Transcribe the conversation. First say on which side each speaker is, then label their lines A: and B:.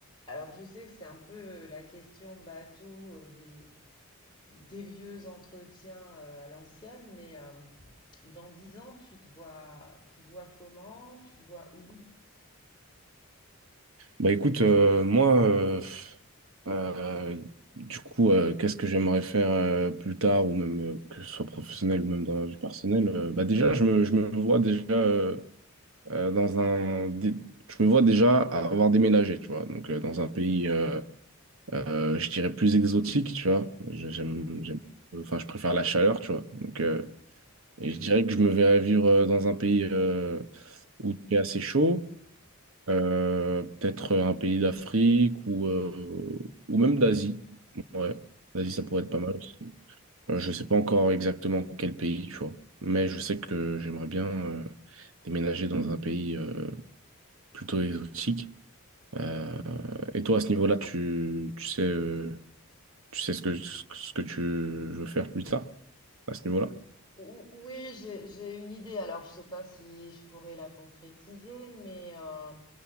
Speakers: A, on the left; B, on the right.
A: Alors je sais que c'est un peu euh, la question bateau euh, des, des vieux entretiens euh, à l'ancienne, mais euh, dans 10 ans, tu te vois, tu te vois comment, tu te vois où
B: Bah écoute, euh, moi, euh, euh, du coup, euh, qu'est-ce que j'aimerais faire euh, plus tard, ou même euh, que ce soit professionnel ou même dans la vie personnelle, euh, bah déjà, je me, je me vois déjà euh, euh, dans un, dé- je me vois déjà avoir déménagé, tu vois, donc euh, dans un pays, euh, euh, je dirais plus exotique, tu vois, Je- j'aime,
A: Mhm.
B: j'aime, enfin, je préfère la chaleur, tu vois, donc euh, et je dirais que je me verrais vivre euh, dans un pays euh, où il fait assez chaud. Euh, peut-être un pays d'Afrique ou, euh, ou même d'Asie. Ouais, l'Asie,
A: Mhm.
B: ça pourrait être pas mal aussi. Euh, je sais pas encore exactement quel pays, tu vois. Mais je sais que j'aimerais bien euh, déménager dans un pays euh, plutôt exotique. Euh, et toi, à ce niveau-là, tu, tu sais, euh, tu sais ce que, ce que ce que tu veux faire plus tard, à ce niveau-là?
A: Ou- ou- Oui, j'ai j'ai une idée. Alors, je sais pas si je pourrais la concrétiser, mais euh,